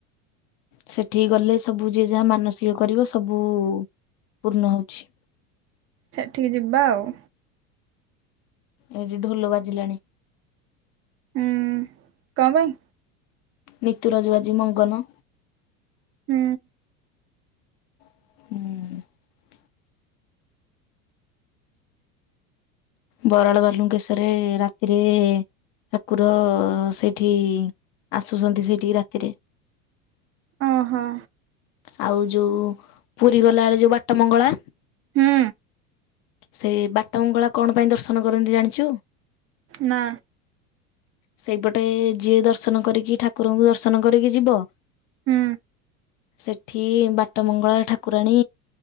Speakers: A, on the left; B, on the right.
A: ସେଠିକି ଗଲେ ସବୁ ଯିଏ ଯାହା ମାନସିକ କରିବ ସବୁ ପୂର୍ଣ୍ଣ ହୋଉଚି।
B: ସେଠିକି ଯିବା ଆଉ।
A: ଏଠି ଢୋଲ ବାଜିଲାଣି।
B: ହୁଁ କପାଇଁ?
A: ନିତୁର ଜୋଉ ଆଜି ମଙ୍ଗନ।
B: ହୁଁ।
A: ହୁଁ। ବରାଳ ବାଲୁଙ୍କେଶରେ ରାତିରେ ଠାକୁର ସେଇଠି ଆସୁଚନ୍ତି ସେଇଠି କି ରାତିରେ।
B: ଓହୋ।
A: ଆଉ ଯେଉଁ ପୁରି ଗଲାବେଳେ ଯେଉଁ ବାଟ ମଙ୍ଗଳା
B: ହୁଁ
A: ସେ ବାଟମଙ୍ଗଳା କଣ ପାଇଁ ଦର୍ଶନ କରନ୍ତି ଜାଣିଚୁ?
B: ନା।
A: ସେଇପଟେ ଯିଏ ଦର୍ଶନ କରିକି ଠାକୁରଙ୍କୁ ଦର୍ଶନ କରିକି ଯିବ।
B: ହୁଁ।
A: ସେଠି ବାଟ ମଙ୍ଗଳା ଠାକୁରାଣୀ